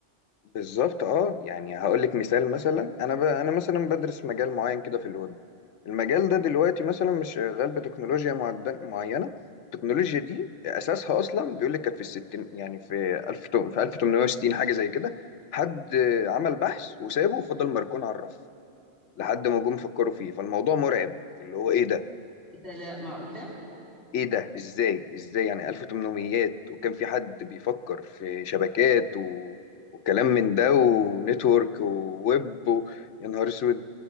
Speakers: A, on the left; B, on the right.
A: بالظبط اه يعني هقول لك مثال مثلا انا ب... انا مثلا بدرس مجال معين كده في الويب المجال ده دلوقتي مثلا مش شغال بتكنولوجيا معد- معينه التكنولوجيا دي اساسها اصلا بيقول لك كانت في الستين يعني في 1000 تم- في 1860 حاجه زي كده حد آه، عمل بحث وسابه وفضل مركون على الرف لحد ما جم فكروا فيه فالموضوع مرعب اللي هو ايه ده
B: ايه ده لا معقوله
A: ايه ده ازاي ازاي يعني 1800 وكان في حد بيفكر في شبكات و... وكلام من ده ونتورك وويب و... يا نهار اسود